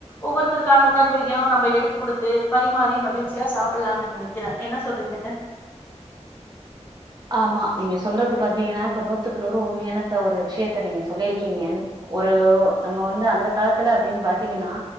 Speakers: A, on the left (about 15°); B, on the right (about 35°).
A: ஒவ்வொருத் த்தரருக்கான உணர்வையு நம்ப எடுத்து குடுத்து பரிமாறி மகி மகிழ்ச்சியா சாப்புல்லான் நெனைக்கறே என்ன சொல்றிங்க
B: ஆமா நீங்க சொல்றது பாத்திங்கனா இப்ப நூத்துக்கு நூறு உண்மையானா ச ஒரு விஷயத்த நீங்க சொல்லிருக்கிங்கன் ஒரு நம்ம வந்து அந்த காலத்துல அப்பிடின் பாத்திங்கனா